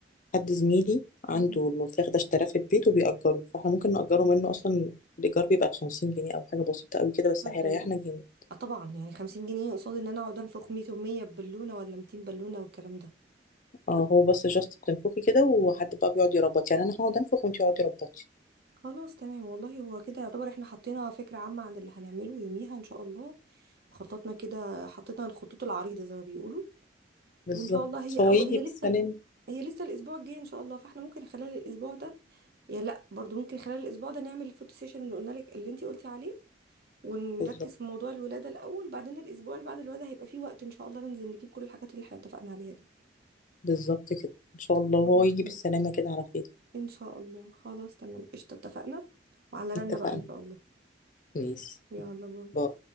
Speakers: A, on the left (about 45°); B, on the right (about 55°).
A: حد زميلي عنده
B: مم.
A: المنفخ ده اشتراه في البيت وبيأجره فاحنا ممكن نأجره منه اصلا الإيجار بيبقى 50 جنيه أو حاجة بسيطة قوي كده بس
B: طب
A: هيريحنا
B: ده يا ريت.
A: جامد
B: آه طبعا يعني 50 جنيه قصاد ان انا اقعد انفخ 100 و100 بالونه ولا 200 بالونه والكلام ده
A: اه هو بس جاست بتنفخي كده وحد بقى بيقعد يربط يعني أنا هقعد أنفخ وأنتي اقعدي ربطي
B: خلاص تمام والله هو كده يعتبر احنا حطينا فكرة عامة عن اللي هنعمله يوميها ان شاء الله وخططنا كده حطينا الخطوط العريضة زي ما بيقولوا
A: بالظبط
B: وان شاء الله هي اول
A: هو يجي
B: هي
A: بالسلامة
B: لسه هي لسه الاسبوع الجاي ان شاء الله فاحنا ممكن خلال الاسبوع ده يعني لا برضو ممكن خلال الاسبوع ده نعمل الفوتو سيشن اللي قلنا لك اللي انتي قلتي عليه ونركز
A: بالظبط
B: في موضوع الولادة الاول بعدين الاسبوع اللي بعد الولادة هيبقى فيه وقت ان شاء الله ننزل نجيب كل الحاجات اللي احنا اتفقنا عليها دي
A: بالظبط كده ان شاء الله
B: خلاص
A: هو يجي
B: تمام
A: بالسلامة كده على خير
B: ان شاء الله خلاص تمام قشطة اتفقنا وعلى رنا
A: اتفقنا
B: بقى ان شاء الله
A: ماشي
B: يلا باي
A: باي